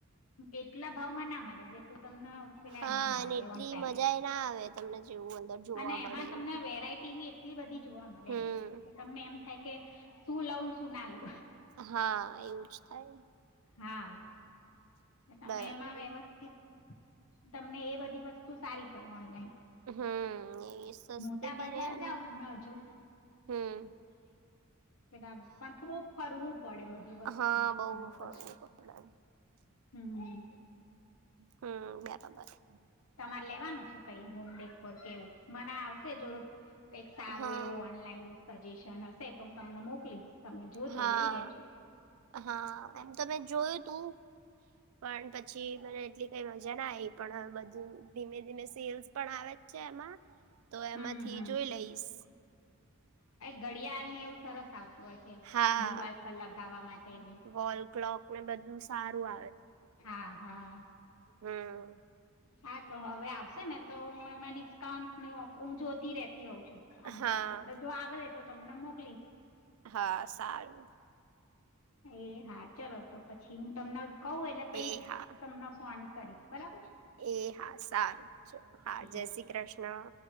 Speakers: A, on the left; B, on the right.
A: એટલા ભાવમાં ના મળે જેટલું તમને પેલા
B: હા
A: એમાં મળે
B: અને
A: તેન
B: એટલી
A: ટાઈમ.
B: મજા એ ના આવે તમને જેવું અંદર જોવા
A: અને
B: મળે
A: એમાં તમને
B: એવું
A: વેરાઈટી બી એટલી બધી જોવા મળે
B: હમ
A: એમ કે તમને એમ. થાય કે સુ લઉ ન સુ ના લઉ.
B: હા એવું જ થાય.
A: હા, ને તમે
B: બરાબર
A: એમાં વ્યવસ્થિત તમને એ બધી વસ્તુ સારી પડે ઓનલાઈન.
B: હમ્મ, એ
A: મોટા
B: સસ્તી બી
A: બજાર
B: રેન,
A: જાઓ તમે હજુ
B: હમ્મ.
A: પેન પણ ફુ ફરવું પડે બધી વસ્તુ
B: હા
A: માટે
B: બહુ
A: તમારે
B: ફરવું
A: પછી.
B: પડે
A: હમ્મ.
B: હમ્મ, બરાબર.
A: તમારે લેવાનું છે કઈ હોમ ડેકોર કે એવું, મના આવશે જો કઈક સારું
B: હા
A: એવું ઓનલાઈન સજેશન હશે તો હું તમને મોકલીશ. તમે જોજો
B: હા,
A: લઈ લેજો
B: હા, એમ તો મે જોયું તું. પણ પછી મને એટલી કઈ મજા ના આઈ પણ હવે બધું, ધીમે ધીમે સેલ્સ પણ આવે જ છે એમાં તો
A: હમ
B: એમાંથી
A: હમ
B: જોઈ લઈશ.
A: ગડિયાલ ને એવું સરસ આવ તું હોય છે
B: હા
A: બ દિવાલ પર લગાવા માટેની.
B: વોલ ક્લોક ને બધું સારું
A: હા હા.
B: હમ્મ.
A: હા તો હવે આવશે ને તો, એમાં ડી સકાઉન્ટની ઓફર હું જોતી રેતી હોઉં છું અમુક
B: હા
A: વાર, એટલે જો આવડે, તો તમને મોકલીશ.
B: હા સારું.
A: એ હા, ચલો તો પછી હું તમને કવું એટલે પઈ
B: એ હા
A: તમને ફોન કરીશ, બરાબર છે?
B: એ હા સારું, ચલો, હા, જય
A: કૃષ્ણ
B: શ્રી કૃષ્ણ.